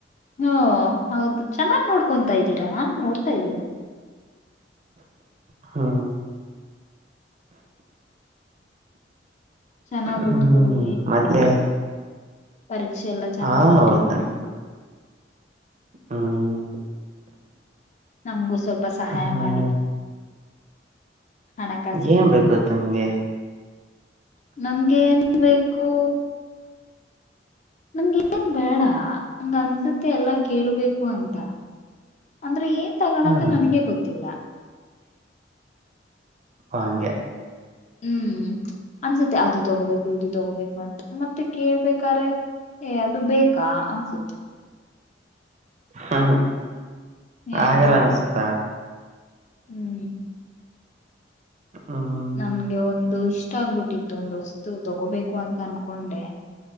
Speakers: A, on the left; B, on the right.
A: ಹಓ ಹೌದು ಚೆನ್ನಾಗ್ ನೋಡ್ಕೊತಾ ಇದ್ದೀರಾ ನಾನು ನೋಡ್ತಾ ಇದ್ದೇನಿ
B: ಹಾ
A: ಚೆನ್ನಾಗ್
B: ಹ್ಮ್
A: ಓದ್ಕೊಳ್ಳಿ
B: ಮತ್ತೆ
A: ಪರೀಕ್ಷೆ ಎಲ್ಲಾ ಚೆನ್ನಾಗ್
B: ಹಾ
A: ಬರೀರಿನಿ
B: ಹೌದನ್ ಹ್ಮ್
A: ನಮ್ಗೂ ಸ್ವಲ್ಪ ಸಹಾಯ
B: ಹ್ಮ್
A: ಮಾಡಿ ಹಣಕಾಸಿನಲ್ಲಿ
B: ಏನ್ ಬೇಕುತ್ಮ್ಗೆ
A: ನಮ್ಗೆ ಏನ್ ಬೇಕು ನಂ ಏನ್ ಬೇಡ ನಂಗ ಅನ್ಸುತ್ತೆ ಎಲ್ಲಾ ಕೇಳ್ಬೇಕು ಅಂತ ಅಂದ್ರೆ ಏನ್ ತಗೋದು
B: ಹ್ಮ
A: ನನಗೆ ಗೊತ್ತಿಲ್ಲ
B: ಹಗೆ
A: ಹ್ಮ್ ಅನ್ಸತ್ತೆ ಅದು ತಗೋಬೇಕು ಇದು ತಗೋಬೇಕು ಅಂತ ಮತ್ತೆ ಕೇಳ್ಬೇಕ್ರೆ ಏ ಅದು ಬೇಕಾ ಅನ್ಸತ್ತೆ
B: ಹ್ಮ ಹಾಗಲ್ಲ
A: ಏನೋ
B: ಅನ್ಸುತ್ತಾ
A: ಹ್ಮ್
B: ಹ್ಮ್
A: ನಮ್ಗೆ ಒಂದು ಇಷ್ಟ ಆಗ್ಬಿಟ್ಟಿತ್ತು ಒಂದು ವಸ್ತು ತಗೋಬೇಕು ು ಅಂತ ಅನ್ಕೊಂಡೆ